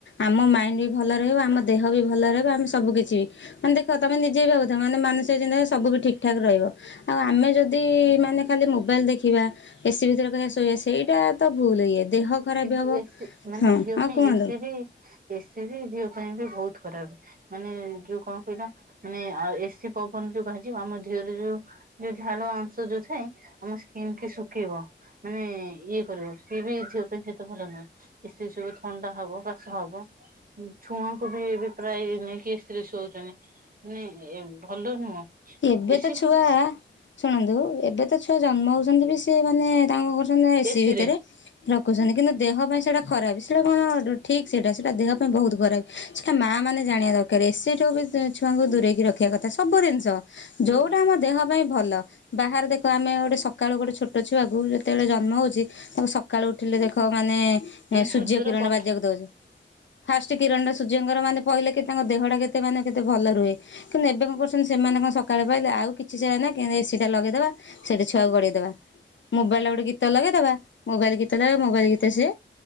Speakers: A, on the left; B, on the right.
A: ଆମ ମାଇଣ୍ଡ ବି ଭଲ ରହିବ ଆମ ଦେହ ବି ଭଲ ରହିବ ଆମେ ସବୁ କିିଛି ମାନେ ଦେଖ ତମେ ନିଜେବି ଭାବୁଥା ମାନେ ମାନସିକ ଚିନ୍ତାରେ ସବୁ ଠିକ୍ ଠାକ୍ ରହିବ। ଆଉ ଆମେ ଯଦି ମାନେ ଖାଲି ମୋବାଇଲ୍ ଦେଖିବା। ଏସି ଭିତରେ କହିବା ଶୋଇବା ସେଇଟା ତ ଭୁଲ୍ ଇଏ ଦେହ ଖରାପ
B: କିନ୍ତୁ
A: ହେବ
B: ଏସି ମାନେ
A: ହଁ
B: ଦିହ
A: ଆଉ
B: ପାଇଁ
A: କୁହନ୍ତୁ।
B: ଏସି ବି ଏସି ବି ଝିଅ ପାଇଁ ବି ବହୁତ୍ ଖରାପ୍ ମାନେ ଯୋଉ କଣ? କହିଲା ମାନେ ଏସିି ପବନ ଯୋଉ ବାଜିବ ଆମ ଦେହରେ ଯୋଉ ଯୋଉ ଝାଲ ଅଂଶ ଯୋଉ ଥାଏ ଆମର ସ୍କିନ୍ କି ଶୁଖେଇବ। ମାନେ ଇଏ କରିବ ସିଏ ବି ଦେହ ପାଇଁ ସେତ ଭଲ ନୁହେ ଏ ସବୁ ଥଣ୍ଡା ହବ କାଶ ହବ। ଛୁଆଙ୍କୁ ବି ଏବେ ପ୍ରାୟ ନେଇକି ଏସିରେ ଶୁଆଉଛନ୍ତି। ମାନେ ଏ ଭଲ ନୁହଁ
A: ଏବେ
B: ଏସି
A: ତ ଛୁଆ ଶୁଣନ୍ତୁ ଏବେ ତ ଛୁଆ ଜନ୍ମ ହଉଛନ୍ତି ବି ସେ ମାନେ ତାଙ୍କ ଘରେ ମାନେ ଏସିି
B: ଏସିରେ।
A: ଭିତରେ ରଖୁଛନ୍ତି କିନ୍ତୁ ଦେହ ପାଇଁ ସେଇଟା ଖରାପ୍ ସେଇଟା କଣ ଠିକ୍ ସେଇଟା ସେଇଟା ଦେହ ପାଇଁ ବହୁତ୍ ଖରାପ୍ ସେଇଟା ମା ମାନେ ଜାଣିବା ଦର ଘରେ ଏସି ଠୁବି ଛୁଆଙ୍କୁ ଦୂରେଇକି ରଖିବା କଥା ସବୁ ଜିନିଷ
B: ହୁଁ
A: ଯୋଉଟା ଆମ ଦେହ ପାଇଁ ଭଲ ବାହାରେ ଦେଖ ଆମେ ଗୋଟେ ସକାଳୁ ଗୋଟେ ଛୋଟ ଛୁଆକୁ ଯେତେବେଳେ ଜନ୍ମ ହଉଛି ତାକୁ ସକ ସକାଳୁ ଉଠିଲେ ଦେଖ ମାନେ
B: ମାନେ
A: ସୂର୍ଯ୍ୟ
B: ସୂର୍ଯ୍ୟର
A: କିରଣ
B: ପଥ
A: ବାଜିବାକୁ ଦଉଛେ। ଫାଷ୍ଟ କିରଣଟା ସୂର୍ଯ୍ୟଙ୍କର ମାନେ ପଇଲେ କି ତାଙ୍କ ଦେହଟା କେତେ ମାନେ କେତେ ଭଲ ରୁହେ। କିନ୍ତୁ ଏବେ କଣ କରୁଛନ୍ତି ସେମାନେ କଣ ସ ସକାଳ ପାଇଲେ ଆଉ କିଛି ଜାଗା ନାହିଁ କେମିତି ଏସିଟା ଲଗେଇଦବା ସେଇଠି ଛୁଆ କୁ ଗଡେଇଦେବା। ମୋବାଇଲଟା ଗୋଟେ ଗୀତ ଲଗେଇଦବା ମୋବାଇଲ୍ ଗୀତ ଗାଇବ ମୋବାଇଲ୍ ଗୀତରେ ସେ